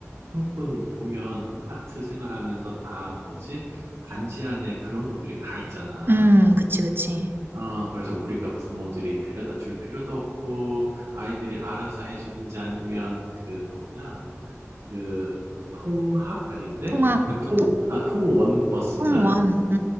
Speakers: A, on the right (about 65°); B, on the right (about 45°).
A: 한국은 보면 아파트 생활하면서 다 뭐지? 단지 안에 그런 것들이 다 있잖아.
B: 음. 그치 그치.
A: 어, 그래서 우리가 부모들이 데려다 줄 필요도 없고, 아이들이 알아서 해주든지 아니면 그 뭐냐? 그 통학 아닌데
B: 통학.
A: <laughs> 통,
B: 통-
A: 아, 통원 버스인가?
B: 통원. 음.